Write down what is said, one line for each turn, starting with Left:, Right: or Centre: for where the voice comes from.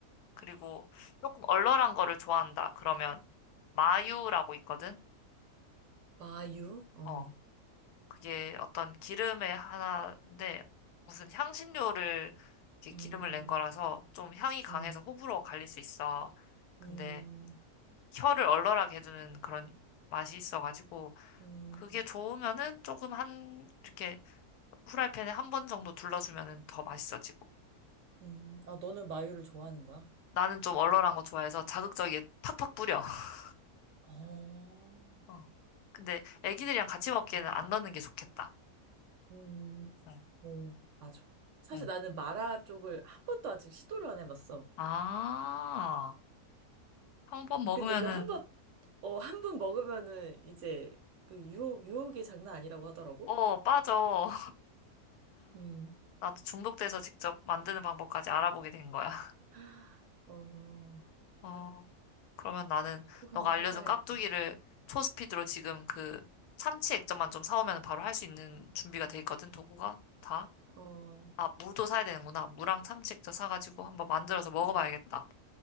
Left: 그리고 조금 얼얼한 거를 좋아한다. 그러면 마유라고 있거든.
Right: 마유? 어,
Left: 어. 그게 어떤 기름의 하나인데 무슨 향신료를 이렇게
Right: 음,
Left: 기름을 낸 거라서 좀 향이 강해서
Right: 음,
Left: 호불호 갈릴 수 있어. 근데
Right: 음,
Left: 혀를 얼얼하게 해주는 그런 맛이 있어가지고
Right: 음,
Left: 그게 좋으면은 조금 한 이렇게 후라이팬에 한 번 정도 둘러주면은 더 맛있어지고
Right: 음. 아, 너는 마유를 좋아하는 거야?
Left: 나는 좀 얼얼한 거 좋아해서 자극적이게 팍팍 뿌려. <laughs>
Right: 어,
Left: 어. 근데 애기들이랑 같이
Right: 그렇구나.
Left: 먹기에는 안 넣는 게 좋겠다.
Right: 음,
Left: 응,
Right: 오, 맞아. 사실
Left: 응.
Right: 나는 마라 쪽을 한 번도 아직 시도를 안 해봤어.
Left: 아, 한번 먹으면은
Right: 근데 그 한 번, 어, 한 번 먹으면은 이제 그 유혹, 유혹이 장난 아니라고 하더라고?
Left: 어 빠져.
Right: 음.
Left: 나도 중독돼서 직접 만드는 방법까지 알아보게 된 거야. <laughs>
Right: <gasps> 어,
Left: 어,
Right: 아,
Left: 그러면 나는
Right: 꼭
Left: 너가
Right: 한번
Left: 알려준
Right: 해봐야겠다.
Left: 깍두기를 초스피드로 지금 그 참치 액젓만 좀 사오면 바로 할 수 있는 준비가 돼 있거든, 도구가 다.
Right: 어,
Left: 아, 무도 사야 되는구나. 무랑 참치 액젓 사가지고 한번 만들어서 먹어봐야겠다.
Right: 음,